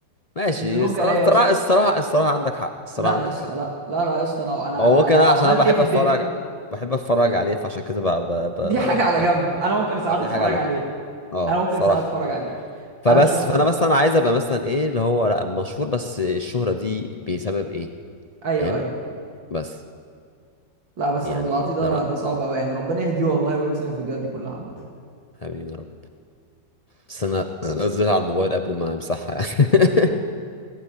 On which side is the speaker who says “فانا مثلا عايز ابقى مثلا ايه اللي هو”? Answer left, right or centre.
Left